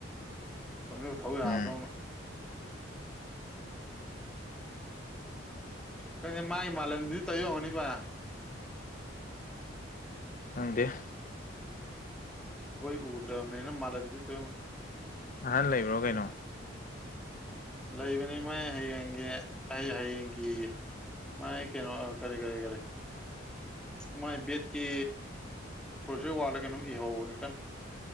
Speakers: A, in the centre; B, on the left (about 40°).
A: ꯄꯪꯊꯧ ꯊꯧ ꯌꯥꯕꯗꯧꯅ
B: ꯎꯝ
A: ꯈꯪꯉꯦ ꯃꯥꯏ ꯃꯥꯜꯍꯟꯕꯤꯗꯨ ꯇꯧꯔꯤ ꯑꯣꯏꯔꯝꯒꯅꯤꯕꯥ
B: ꯈꯪꯗ°
A: ꯑꯩꯈꯣꯏ ꯎꯗ꯭ꯔꯝꯅ°ꯅ ꯃꯥꯜꯂꯟꯕꯤ ꯇꯧꯏ ꯑꯣꯏꯔꯝ
B: ꯑꯍꯜ ꯂꯩꯕ꯭ꯔꯣ ꯀꯩꯅꯣ
A: ꯂꯩꯕꯅ° ꯃꯥꯏ ꯍꯌꯦꯡꯒꯤ ꯑꯩ ꯍꯌꯦꯡꯒꯤꯌ° ꯃꯥꯥꯏ ꯀꯩꯅꯣ ꯀꯔꯤ ꯀꯔꯤ ꯀꯔꯤ ꯃꯥꯏ ꯕꯦꯠꯀꯤ ꯄ꯭ꯔꯣꯖꯦꯛ ꯋꯥꯔ꯭ꯛꯂ ꯀꯩꯅꯣꯝ ꯏꯍꯧꯕꯅꯤ ꯀꯟ